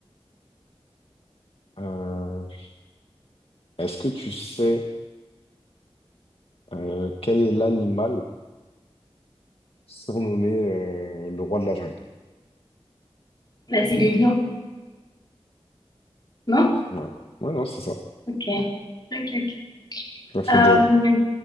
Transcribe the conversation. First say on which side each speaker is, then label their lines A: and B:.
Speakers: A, on the left; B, on the left.
A: euh, est-ce que tu sais euh, quel est l'animal surnommé euh, le roi de la jungle?
B: Bah, c'est les lions, non?
A: Ouais. Ouais, non, c'est ça.
B: Ok. Ok, ok.
A: Ça fait
B: Euh,
A: deux. 1